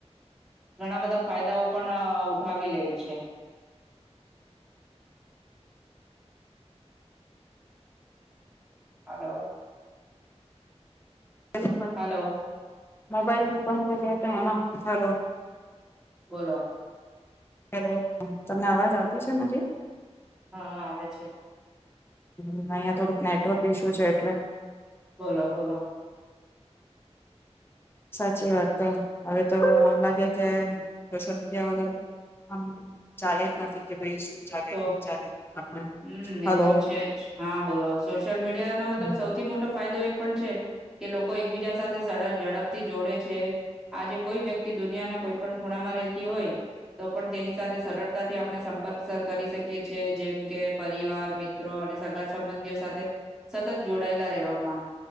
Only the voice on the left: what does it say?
એ પ
મોબાઈલ પણ તો કેતા એમાં હાલ
હલો હા તમને અવાજ આવતી છે મારી
હમ અહિયાં થોડુંક નેટવર્ક ઈશ્યુ છે એટલે
સાચી વાત તો હવે તો આમ લાગે કે સોશિયલ મીડિયા વગ ચાલે જ નથી ભાઈ શું ચાલે
શું ચાલે આપણે
હલો
હમ